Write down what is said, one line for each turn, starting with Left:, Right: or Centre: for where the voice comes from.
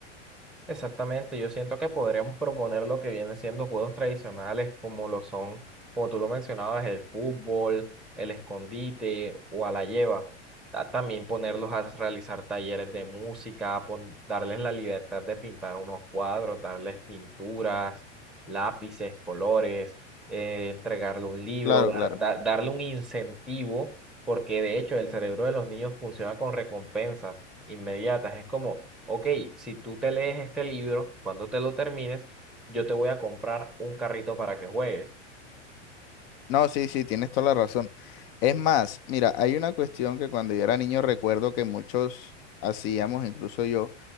Centre: Exactamente, yo siento que podríamos proponer lo que vienen siendo juegos tradicionales como lo son, como tú lo mencionabas, el fútbol, el escondite o a la lleva. Ta- También ponerlos a realizar talleres de música, pon- darles la libertad de pintar unos cuadros, darles pinturas, lápices, colores, eh, entregarle un libro,
Left: Claro,
Centre: dar-
Left: claro.
Centre: da- darle un incentivo, porque de hecho el cerebro de los niños funciona con recompensas inmediatas. Es como, ok, si tú te lees este libro, cuando te lo termines, yo te voy a comprar un carrito para que juegues.
Left: No, sí, sí, tienes toda la razón. Es más, mira, hay una cuestión que cuando yo era niño recuerdo que muchos hacíamos, incluso yo,